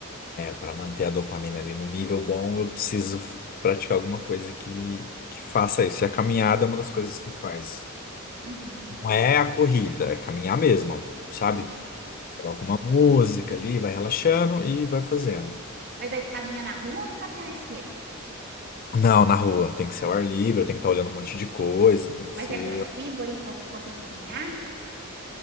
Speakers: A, on the left; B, on the right.
A: para manter a dopamina ali no nível bom, eu preciso praticar alguma coisa que, que faça isso. E a caminhada é uma das coisas que faz.
B: Uhum,
A: Não é a corrida, é caminhar mesmo, sabe?
B: caminhar.
A: Coloca uma música ali, vai relaxando e vai fazendo.
B: Mas aí tu caminha na rua ou tu caminha na esteira?
A: Não, na rua, tem que ser ao ar livre, tem que estar olhando um monte de coisa, tem que
B: Mas
A: ser.
B: é tranquilo aí para tu poder caminhar?